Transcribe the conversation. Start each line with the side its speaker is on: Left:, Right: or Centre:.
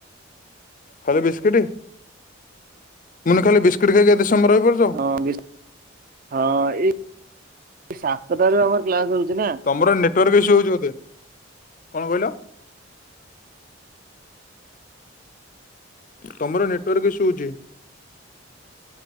Left: ଖାଲି ବିସ୍କିଟ୍ ମାନେ ଖାଲି ବିସ୍କୁିଟ ଖାଇକି ଏତେ ସମୟର ରହିପାରୁଚ।
Right: ହଁ ବିସ ହଁ ଏଇ ସାତଟାରୁ ଆମର କ୍ଲାସ ହଉଚି ନା
Left: ତମର ନେଟୱାର୍କ ଇସୁ ହେଉଛି ବୋଧେ। କଣ କହିଲ? ତମର ନେଟୱର୍କ ଇସୁ ହଉଚି।